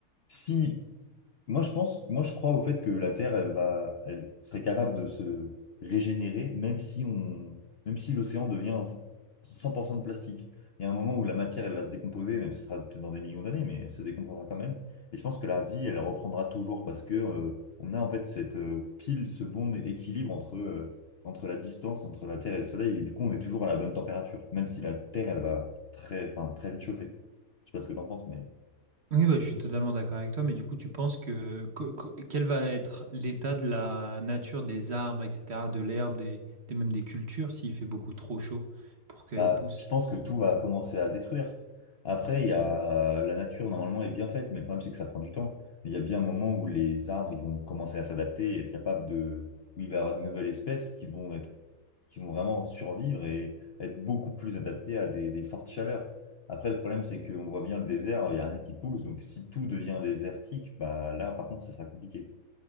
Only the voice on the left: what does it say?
si moi, je pense, moi, je crois au fait que la Terre, elle va, elle serait capable de se régénérer, même si on, même si l'océan devient 100% de plastique. Il y a un moment où la matière, elle va se décomposer, même si ce sera peut-être dans des millions d'années, mais elle se décomposera quand même. Et je pense que la vie, elle reprendra toujours parce que, euh, on a en fait cette euh, pile, ce bon équilibre entre, euh, entre la distance entre la Terre et le Soleil. Et du coup, on est toujours à la bonne température, même si la Terre, elle va très, enfin, très vite chauffer. Je sais pas ce que t'en penses, mais.
Bah,
je pense que tout va commencer à détruire. Après, il y a la nature normalement est bien faite, mais le problème c'est que ça prend du temps. Il y a bien un moment où les arbres ils vont commencer à s'adapter et être capables de, où il va y avoir de nouvelles espèces qui vont être, qui vont vraiment survivre et être beaucoup plus adaptées à des, des fortes chaleurs. Après, le problème c'est qu'on voit bien le désert, il y a rien qui pousse, donc si tout devient désertique, bah là par contre ça sera compliqué.